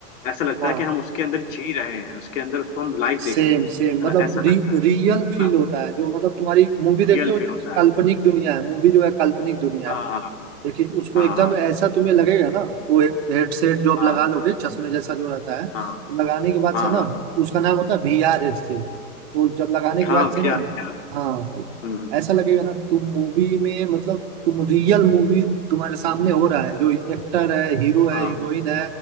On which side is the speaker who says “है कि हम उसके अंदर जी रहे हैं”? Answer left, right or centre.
Left